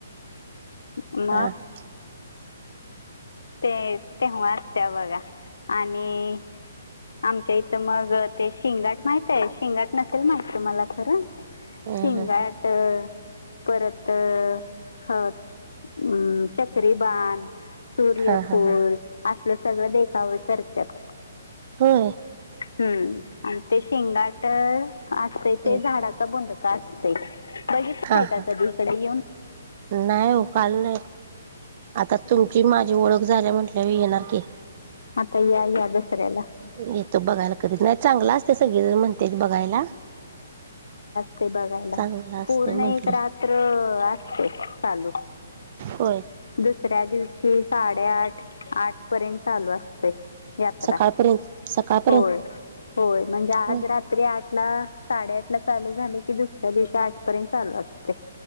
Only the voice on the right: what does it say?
हा हा.
हा
हा
हा हा हा
होय.
हम्म.
हा
हा
नाही हो काल नाही आता तुमची माझी ओळख झाली म्हटल्या येणार की.
येतो बघायला कधीच नाही चांगला असते सगळे जण म्हणते बघायला.
चांगलं असते
म्हंटलं
होय.
सकाळपर्यंत सकाळपर्यंत
होय.